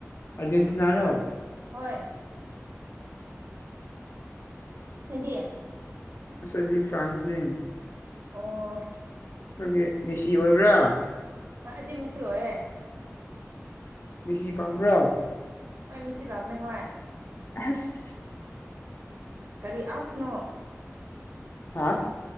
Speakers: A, on the left (about 50°); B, on the right (about 50°).
A: ꯑꯔꯖꯦꯟꯇꯤꯅꯥꯔꯣ
B: ꯍꯣꯏ ꯅꯪꯗꯤ
A: ꯑꯁ ꯑꯩꯗꯤ ꯐ꯭ꯔꯥꯟꯁꯅꯦ
B: ꯑꯣ
A: ꯅꯪꯗꯤ ꯃꯦꯁꯤ ꯑꯣꯏꯕ꯭ꯔꯥ
B: ꯍꯣꯏ ꯑꯩꯗꯤ ꯃꯦꯁꯤ ꯑꯣꯏꯌꯦ
A: ꯃꯦꯁꯤ ꯄꯥꯝꯕ꯭ꯔꯣ
B: ꯍꯣꯏ ꯃꯦꯁꯤ ꯄꯥꯝꯃꯦ ꯍꯣꯏ
A: ꯑꯍꯁ
B: ꯀꯔꯤ ꯑꯁꯅꯣ
A: ꯍꯥ